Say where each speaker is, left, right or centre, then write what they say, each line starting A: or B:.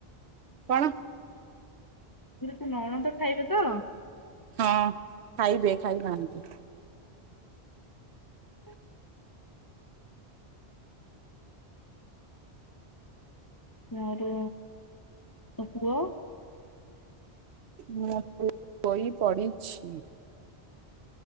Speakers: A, on the right; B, on the left.
A: କଣ
B: ପରେ ତ ନଣ ତ ଖାଇବେ ତ
A: ହଁ ଖାଇବେ ଖାଇବାହାନ୍ତି
B: ହ ଆର ତାପୁଆ
A: ମୁଁ ବହି ପଡିଛି।